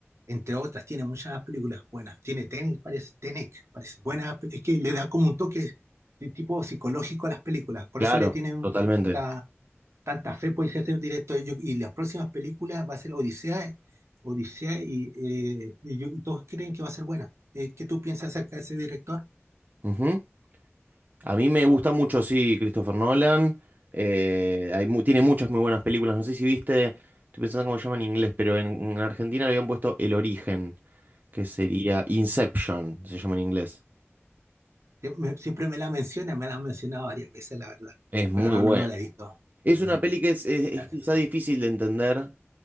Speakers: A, on the right; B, on the right.
A: entre otras, tiene muchas películas buenas. Tiene Tenet, parece, Tenet, parece buena. pe- Es que le da como un toque de tipo psicológico a las películas. Por
B: Claro,
A: eso le tienen
B: totalmente.
A: tanta, tanta fe, por ese directo. Yo- y las próximas películas va a ser Odisea, Odisea y, eh, y yo- y todos creen que va a ser buena. Eh, ¿qué tú piensas acerca de ese director?
B: Ujú. A mí me gusta mucho, sí, Christopher Nolan. Eh, hay mu- tiene muchas muy buenas películas. No sé si viste, estoy pensando cómo se llama en inglés, pero en, en Argentina le habían puesto El Origen, que sería Inception, se llama en inglés.
A: Sie- me- siempre me la menciona, me la han mencionado varias veces, la verdad.
B: Es muy
A: Pero no,
B: bueno.
A: no, no la he visto.
B: Es
A: No, no,
B: una
A: no,
B: peli que es, es-
A: la
B: es
A: verdad.
B: quizá difícil de entender